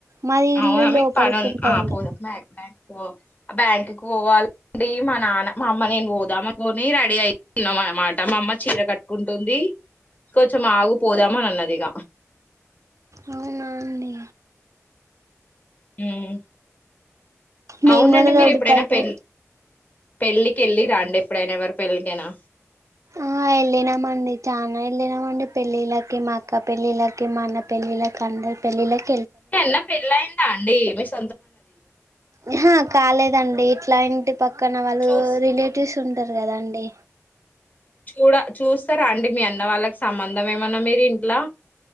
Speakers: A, on the right (about 70°); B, on the left (about 30°).
A: మాది ఇల్లు
B: అవునా మీ
A: లోపలికి
B: పడు
A: ఉంటదండి
B: ఆ పోదాం మాక్ బ్యాక్ ఓ బ్యాంకుక్ పోవాలండి మా నాన్న మా అమ్మ నేను పోదాం అనుకోని రెడీ అయితున్నాం అనమాట మా అమ్మ చీర కట్టుకుంటుంది కొంచెం ఆగు పోదామని అన్నదిగ
A: అవునా అండి
B: హ్మ్
A: మేము
B: అవునండి
A: కూడా
B: మీరు
A: రోడ్డు
B: ఎప్పుడైనా
A: పైకి
B: పె పెళ్ళికి ఏళ్ళిరాండి ఎప్పుడైనా ఎవర్ పెళ్లికేనా
A: ఆ వెళ్ళినామండి చాలనా వెళ్ళినామండి పెళ్ళిళ్ళకి మా అక్క పెళ్ళిళ్లకి మా అన్న పెళ్ళిళ్ళకి అందరి పెళ్ళిళకి
B: మీ అన్నా పెళ్లయిందా అండి మీస్
A: ఆహా కాలేదండి క్లైంట్ పక్కన వాళ్ళు
B: చూస్
A: రిలేటివ్స్ ఉంటారు కదాండి
B: చూడ చూస్తారా అండి మీ అన్న వాళ్ళకి సంబంధం ఏమన్నా మీరు ఇంట్లా